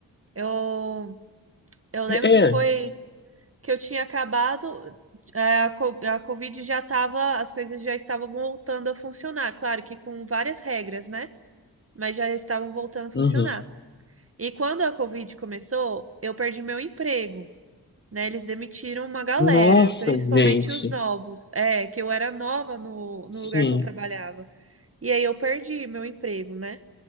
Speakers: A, on the right; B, on the left.
A: Eu, eu lembro
B: É,
A: que foi
B: é.
A: que eu tinha acabado, é, a, co- a Covid já tava, as coisas já estavam voltando a funcionar. Claro que com várias regras, né? Mas já estavam voltando a funcionar.
B: Uhum.
A: E quando a Covid começou, eu perdi meu emprego, né? Eles demitiram uma galera,
B: Nossa,
A: principalmente
B: gente.
A: os novos. É, que eu era nova no, no
B: Sim.
A: lugar que eu trabalhava. E aí eu perdi meu emprego, né?